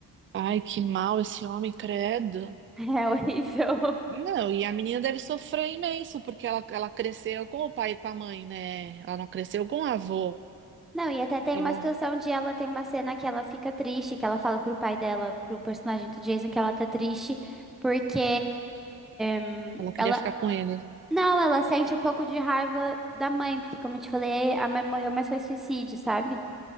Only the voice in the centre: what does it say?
<laughs> É horrível.
Não, e até tem
uma
situação de ela tem uma cena que ela fica triste, que ela fala pro pai dela, pro personagem do Jason, que ela tá triste porque hum,
ela,
Não, ela sente um pouco de raiva da mãe, porque como eu te falei, a mãe morreu, mas foi suicídio, sabe?